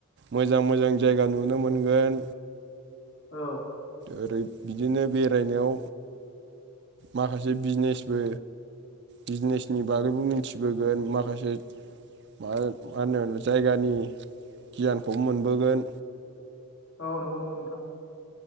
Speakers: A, on the right; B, on the left.
A: मोजां मोजां जायगा नुनो मोनगोन
B: औ
A: ओरै बिदिनो बेरायनायाव माखासे बिजनेसबो बिजनेसनि बागैबो मिथिबोगोन माखासे मा होन मा होनो जायगानि गियानखौ मोनबोगोन।
B: औ नंगौ नंगौ नोंथां